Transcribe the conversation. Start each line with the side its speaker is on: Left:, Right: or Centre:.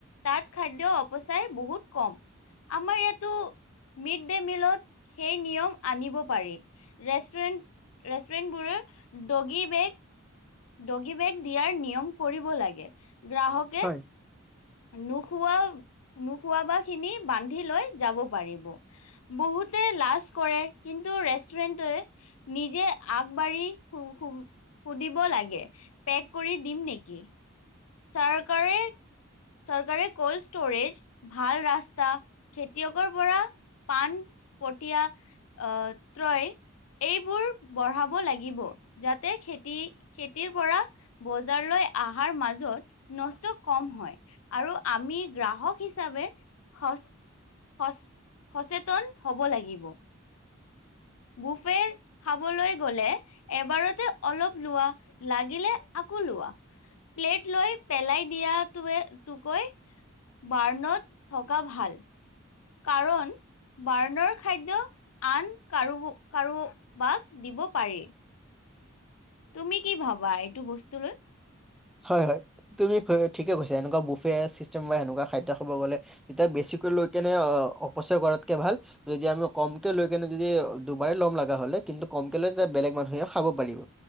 Left: তাত খাদ্যৰ অপচয় বহুত কম। আমাৰ ইয়াতো- মিড ডে মিলত সেই নিয়ম আনিব পাৰি। ৰেষ্টুৰেণ্ট ৰেষ্টুৰেণ্টবোৰৰ ডগী বেগ- ডগী বেগ দিয়াৰ নিয়ম কৰিব লাগে। গ্ৰাহক-
Centre: হয়।
Left: নোখোৱা, নোখোৱাবা খিনি বান্ধি লৈ যাব পাৰিব। বহুতে লাজ কৰে কিন্তু ৰেষ্টুৰেণ্টোৱে- নিজে আগবাঢ়ি- সুধিব লাগে পেক কৰি দিম নেকি, চৰকাৰে- চৰকাৰে ক'ল্ড ষ্ট'ৰেজ- ভাল ৰাস্তা, খেতিয়কৰ পৰা পাণ পঠীয়া- অঁহ' ত্ৰয় এইবোৰ বঢ়াব লাগিব যাতে খেতি-খেতিৰ পৰা- বজাৰলৈ অহাৰ মাজত নষ্ট কম হয়। আৰু আমি গ্ৰাহক হিচাপে সচ সচ, সচেতন হ'ব লাগিব। বুফে খাবলৈ গ'লে এবাৰতে অলপ লোৱা, লাগিলে আকৌ লোৱা। প্লেট লৈ পেলাই দিয়া তোয়ে টোকৈ বাৰ্ণত থকা ভাল। কাৰণ- বাৰ্ণৰ খাদ্য আন কাৰো-কাৰোবাক দিব পাৰি। তুমি কি ভাবা এইটো বস্তু লৈ?
Centre: হয় হয়, তুমি ঠিকে কৈছা, এনেকুৱা বুফে চিষ্টেম বা সেনেকুৱা খাদ্য খাব গ'লে- এতিয়া বেছিকৈ লৈ কেনি অপচয় কৰাতকে ভাল যদি আমি কমকে লৈ কেনে যদি দুবাৰে ল'ম লগা হলে কিন্তু কমকে লৈ বেলেগ মানুহে খাব পাৰিব